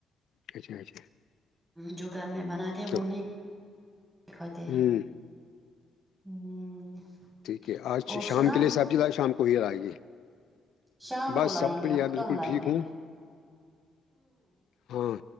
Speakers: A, on the left; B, on the right.
A: اچھا اچھا
B: جو گھر میں بناتے ہیں وہ
A: تو
B: نہیں کھاتے ہیں
A: ہوں
B: <inaudible>
A: ٹھیک ہے آج
B: اور سنا
A: شام کے لیے صاحب جی آ شام کو ہی آئیے
B: شام
A: بس
B: کو لائیں
A: سب
B: گے
A: بڑیا
B: اب کہاں
A: بالکل
B: لائیں
A: ٹھیک
B: گے ابھی
A: ہوں ہاں